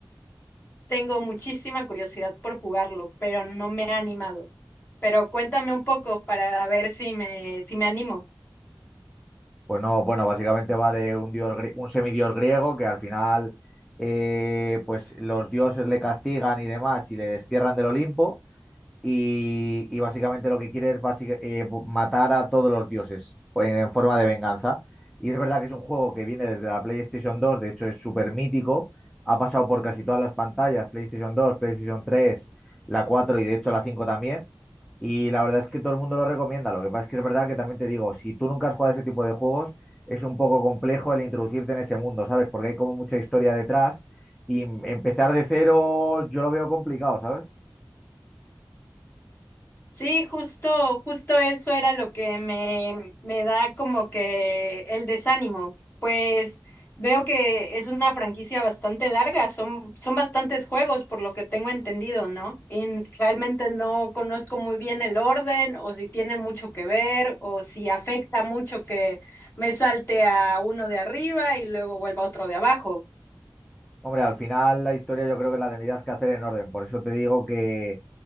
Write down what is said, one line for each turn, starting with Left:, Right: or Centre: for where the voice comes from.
Left: Tengo muchísima curiosidad por jugarlo, pero no me he animado. Pero cuéntame un poco para ver si me, si me animo.
Centre: Pues no, bueno, básicamente va de un dios, grie- un semidios griego que al final, eh, pues los dioses le castigan y demás y le destierran del Olimpo y, y básicamente lo que quiere es basic- eh, bu- matar a todos los dioses pues, en forma de venganza. Y es verdad que es un juego que viene desde la PlayStation 2, de hecho es súper mítico, ha pasado por casi todas las pantallas, PlayStation 2, PlayStation 3, la 4 y de hecho la 5 también. Y la verdad es que todo el mundo lo recomienda. Lo que pasa es que es verdad que también te digo, si tú nunca has jugado a ese tipo de juegos, es un poco complejo el introducirte en ese mundo, ¿sabes? Porque hay como mucha historia detrás y mm, empezar de cero yo lo veo complicado, ¿sabes?
Left: Sí, justo, justo eso era lo que me, me da como que el desánimo. Pues veo que es una franquicia bastante larga, son, son bastantes juegos por lo que tengo entendido, ¿no? Y realmente no conozco muy bien el orden o si tiene mucho que ver o si afecta mucho que me salte a uno de arriba y luego vuelva a otro de abajo.
Centre: Hombre, al final la historia yo creo que la tendrías que hacer en orden. Por eso te digo que,